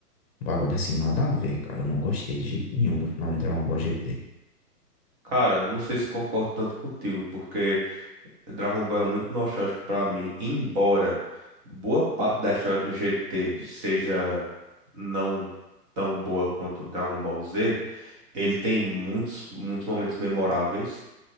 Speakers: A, on the left; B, on the right.
A: Um bagulho assim, nada a ver, cara. Eu não gostei de jeito nenhum do final de Dragon Ball GT.
B: Cara, não sei se concordo tanto contigo, porque Dragon Ball é muito nostálgico pra mim, embora boa parte da história do GT seja não tão boa quanto Dragon Ball Z, ele tem muitos, muitos momentos memoráveis.